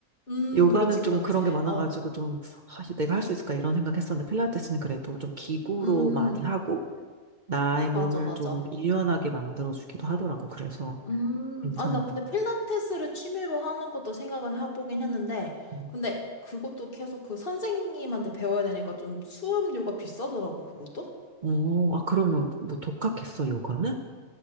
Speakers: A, on the left (about 40°); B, on the right (about 40°).
A: 음,
B: 요가는
A: 그렇지,
B: 좀
A: 그렇지.
B: 그런 게 많아가지고
A: 어.
B: 좀 아, 이거 내가 할 수 있을까 이런 생각했었는데 필라테스는 그래도 좀 기구로
A: 음,
B: 많이 하고 나의 몸을
A: 맞아, 맞아.
B: 좀 유연하게 만들어주기도 하더라고. 그래서
A: 음,
B: 괜찮은.
A: 아, 나 근데 필라테스를 취미로 하는 것도 생각은 해보긴 했는데,
B: 음.
A: 근데 그것도 계속 그 선생님한테 배워야 되니까 좀 수업료가 비싸더라고, 그것도?
B: 어, 아 그러면 뭐 독학했어 요가는?